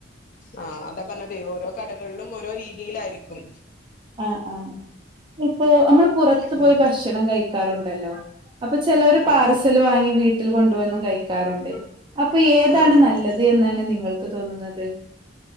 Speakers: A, on the left (about 40°); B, on the right (about 25°).
A: ആ അതാ പറഞ്ഞത് ഓരോ കടകളിലും ഓരോ രീതിയിലായിരിക്കും
B: ആഹ് ആഹ് ഇപ്പൊ നമ്മൾ പുറത്ത്
A: ഉം
B: പോയി ഭക്ഷണം കഴിക്കാറുണ്ടല്ലോ അപ്പൊ ചിലർ പാർസല്
A: അതെ
B: വാങ്ങി വീട്ടിൽ കൊണ്ടുവന്നും കഴിക്കാറുണ്ട് അപ്പൊ ഏതാണ്
A: ആഹ് ആഹ്
B: നല്ലത് എന്നാണ് നിങ്ങൾക്ക് തോന്നുന്നത്